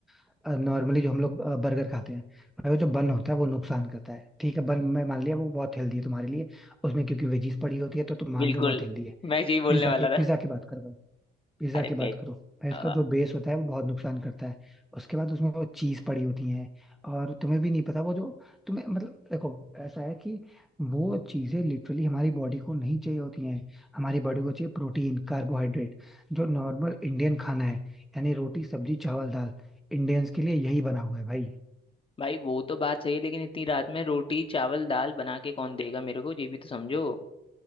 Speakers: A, in the centre; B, on the left (about 30°).
A: हो नॉर्मली जो हम लोग बर्गर खाते हैं भाई वो जो बन होता है वो नुकसान करता है ठीक है बन मैं मान लिया वो बहुत हेल्दी है तुम्हारे लिए उसमें क्योंकि वेजीज पड़ी होती है तो तुम मान
B: बिल्कुल
A: रहे हो बहुत हेल्दी है
B: मैं यही बोलने
A: पिज्जा
B: वाला
A: के पिज्जा
B: था
A: की बात करो भाई पिज्जा
B: अरे
A: की बात
B: बे
A: करो भाई
B: अ,
A: उसका जो बेस होता है वो बहुत नुकसान करता है उसके बाद उसमें वो चीज पड़ी होती है और तुम्हें भी नहीं पता वो जो तुम्हें मतलब देखो ऐसा है कि वो चीजें लिटरली हमारी बॉडी को नहीं चाहिए होती हैं हमारी बॉडी को चाहिए प्रोटीन कार्बोहाइड्रेट जो नॉर्मल इंडियन खाना है यानी रोटी सब्जी चावल दाल इंडियंस के लिए यही बना हुआ है भाई
B: भाई वो तो बात सही है लेकिन इतनी रात में रोटी चावल दाल बना के कौन देगा मेरे को ये भी तो समझो